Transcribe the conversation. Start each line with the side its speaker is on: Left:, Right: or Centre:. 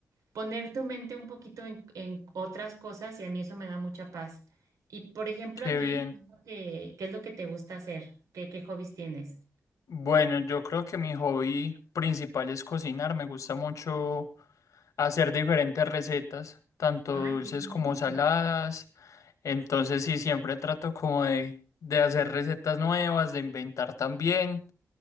Right: poner tu mente un poquito en, en otras cosas y a mí eso me da mucha paz. Y por ejemplo,
Left: qué
Right: a ti,
Left: bien.
Right: ¿qué es lo que, qué es lo que te gusta hacer? ¿Qué, qué hobbies tienes?
Left: Bueno, yo creo que mi hobby principal es cocinar. Me gusta mucho hacer diferentes recetas, tanto
Right: Ah,
Left: dulces
Right: qué bien.
Left: como saladas. Entonces sí, siempre trato como de, de hacer recetas nuevas, de inventar también.